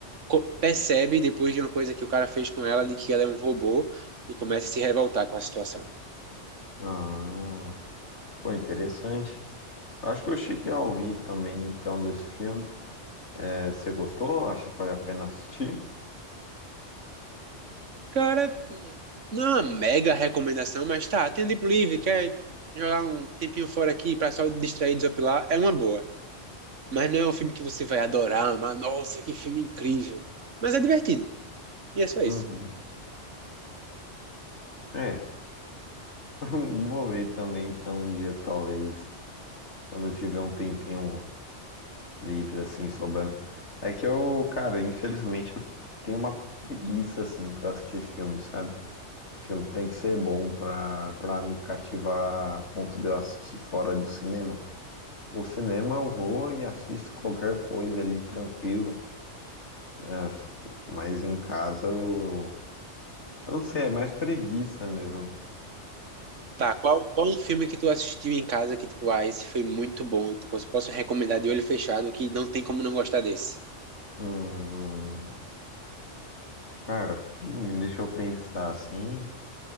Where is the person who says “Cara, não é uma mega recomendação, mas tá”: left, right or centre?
Right